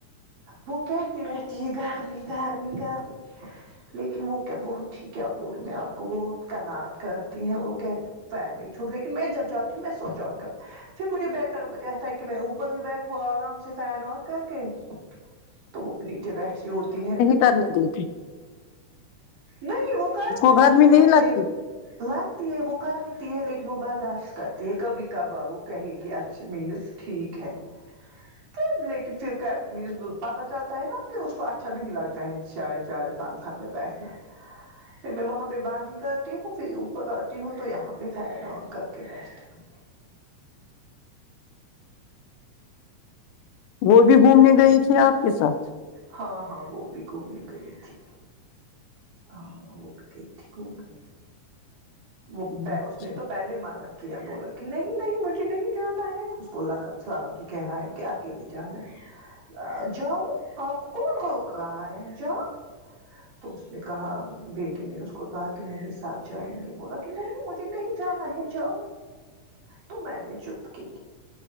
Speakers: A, on the right; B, on the left.
A: وہ کہتی رہتی ہے گرمی گرمی گرمی لیکن وہ کیا بہت ہی کیا بولوں میں آپ کو بہت کناعات کرتی ہیں وہ کہ فین نہیں چھوٹ لیکن میں جب جاتی ہوں میں سوچاؤ گ پھر مجھے بیٹر کہتا ہے کہ میں اوپر ہی بیٹھوں آرام سے فین آن کر کے تو وہ نیچے بیٹھی ہوتی ہے
B: کر نہیں دے تی
A: نہیں وہ کر
B: اس کو گرمی
A: وہ
B: نہیں
A: کہتی
B: لگتی
A: ہے لگتی ہے وہ کر ہوتی ہے لیکن وہ برداشت کرتی ہے کبھی کبھا وہ کہے گی اچھ مینز ٹھیک ہے تو لیکن پھر پت چلتا ہے نا کہ اس کو اچھا نہیں لگتا ہے شاید شاید تنگکھت میں بیٹھنا پھر میں وہاں پہ باندھی کر آتی ہوں پھر اوپر آتی ہوں تو یہاں پہ فین آن کر کے بیٹھتی ا
B: وہ بھی گھومنے گئی تھی آپ کے ساتھ
A: ہاں ہاں وہ بھی گھومنے گئی تھی ہاں وہ بھی گئی تھی گھومنے وہ <unintelligible>
B: اچھا
A: اس نے تو پہلے مانا کیا بولا کہ نہیں نہیں مجھے نہیں جانا ہے اس کو لگا تھا ابھی کہ ہائی اکیلے جانا ہے جاؤ آپ کون روک رہا ہے جاؤ تو اس نے کہا بیٹے نے اس کو کہا کہ نہیں ساتھ جائیں گے بولا کہ نہیں مجھے نہیں جانا ہے جاؤ تو میں نے چپ کی